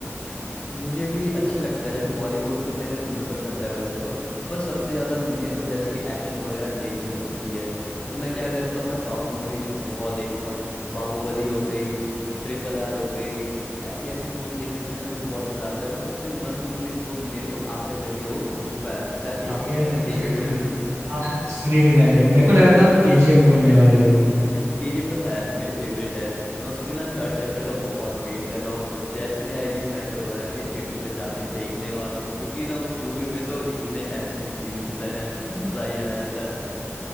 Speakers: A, on the left; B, on the right.
A: मुझे भी अच्छा लगता है जैसे बॉलीवुड तो मेरे मनपसंद है वैसे तो पर सबसे ज़्यादा मेरे को जैसे कि एक्शन वगैरह देखनी होती है तो मैं क्या करता हूँ मैं साउथ मूवी बहुत देखता हूँ बाहुबली हो गई ट्रिपल आर हो गई ऐसी ऐसी मूवी देखने में ना मेरे को बहुत मज़ा आता है और सबसे मस्त मूवी जो मेरे को आज तक लगी है वो पुष्पा है शायद
B: केजीएफ
A: आपने
B: अच्छा
A: देखी होगी
B: हाँ हाँ, सुनी थी मैंने मेरे को लगा था आप केजीएफ बोलने वाले हो
A: <laughs> केजीएफ तो है मेरी फेवरेट है मैं उसके ना थर्ड चैप्टर का बहुत वेट कर रहा हूँ जैसी आएगी मैं तो वैसी थिएटर में जाके देखने वाला हूँ क्योंकि ना उस मूवी में तो इतने एक्शन सीन्स हैं मजा ही आ जाता है